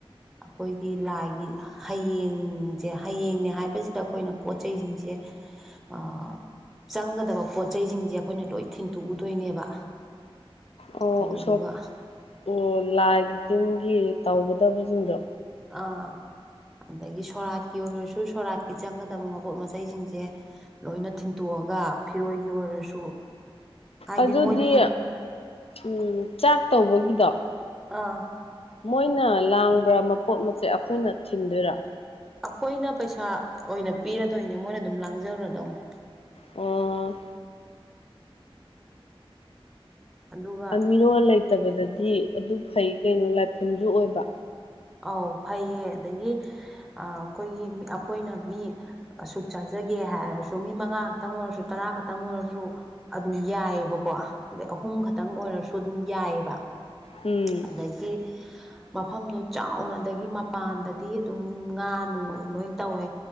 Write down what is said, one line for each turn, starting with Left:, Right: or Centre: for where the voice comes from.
Centre: ꯑꯈꯣꯏꯒꯤ ꯂꯥꯏꯒꯤ ꯍꯌꯦꯡꯖꯦ ꯍꯌꯦꯡꯅꯦ ꯍꯥꯏꯕꯁꯤꯗ ꯑꯈꯣꯏꯅ ꯄꯣꯠ ꯆꯩꯁꯤꯡꯁꯦ ꯑꯥ ꯆꯪꯒꯗꯕ ꯄꯣꯠ ꯆꯩꯁꯤꯡꯁꯦ ꯑꯈꯣꯏꯅ ꯂꯣꯏ ꯊꯤꯟꯇꯣꯛꯎꯗꯣꯏꯅꯦꯕ
Left: ꯑꯣ
Centre: ꯑꯗꯨꯗꯨꯒ
Left: ꯎꯁꯣꯞ ꯑꯣ ꯂꯥꯏꯒꯤ ꯇꯤꯟꯒꯤ ꯇꯧꯒꯗꯕꯁꯤꯡꯗꯣ
Centre: ꯑꯥ ꯑꯗꯒꯤ ꯁꯣꯔꯥꯠꯀꯤ ꯑꯣꯏꯔꯁꯨ ꯁꯣꯔꯥꯠꯀꯤ ꯆꯪꯒꯗꯕ ꯃꯄꯣꯠ ꯃꯆꯩꯁꯤꯡꯁꯦ ꯂꯣꯏꯅ ꯊꯤꯟꯇꯣꯛꯑꯒ ꯐꯤꯔꯣꯏꯒꯤ ꯑꯣꯏꯔꯁꯨ ꯍꯥꯏꯗꯤ
Left: ꯑꯗꯨꯗꯤ
Centre: ꯃꯣꯏꯗꯤ
Left: ꯎꯝ ꯆꯥꯛ ꯇꯧꯕꯒꯤꯗꯣ
Centre: ꯑꯥ
Left: ꯃꯣꯏꯅ ꯂꯥꯡꯕ꯭ꯔꯥ ꯃꯄꯣꯠ ꯃꯆꯦ ꯑꯈꯣꯏꯅ ꯊꯤꯟꯗꯣꯏꯔꯥ
Centre: ꯑꯈꯣꯏꯅ ꯄꯩꯁꯥ ꯑꯣꯏꯅ ꯄꯤꯔꯗꯣꯏꯅꯦ ꯃꯣꯏꯅ ꯑꯗꯨꯝ ꯂꯥꯡꯖꯒꯔꯥꯗꯧꯅꯦ
Left: ꯑꯣ
Centre: ꯑꯗꯨꯒ
Left: ꯃꯤꯔꯣꯜ ꯂꯩꯇꯕꯗꯗꯤ ꯑꯗꯨ ꯐꯩ ꯀꯩꯅꯣ ꯂꯥꯏꯐꯝꯖꯨ ꯑꯣꯏꯕ
Centre: ꯑꯧ ꯐꯩꯌꯦ ꯑꯗꯒꯤ ꯑꯩꯈꯣꯏꯒꯤ ꯑꯩꯈꯣꯏꯅ ꯃꯤ ꯑꯁꯨꯛ ꯆꯥꯖꯒꯦ ꯍꯥꯏꯔꯁꯨ ꯃꯤ ꯃꯉꯥ ꯈꯛꯇꯪ ꯑꯣꯏꯔꯁꯨ ꯇꯔꯥ ꯈꯛꯇꯪ ꯑꯣꯏꯔꯖꯨ ꯑꯗꯨꯝ ꯌꯥꯏꯕꯀꯣ ꯑꯗꯩ ꯑꯍꯨꯝ ꯈꯛꯇꯪ ꯑꯣꯏꯔꯁꯨ ꯑꯗꯨꯝ ꯌꯥꯏꯕ
Left: ꯎꯝ
Centre: ꯑꯗꯒꯤ ꯃꯐꯝꯗꯣ ꯆꯥꯎꯅ ꯑꯗꯒꯤ ꯃꯄꯥꯟꯗꯗꯤ ꯑꯗꯨꯝ ꯉꯥ ꯅꯨꯡ ꯑꯗꯨꯝ ꯂꯣꯏ ꯇꯧꯋꯦ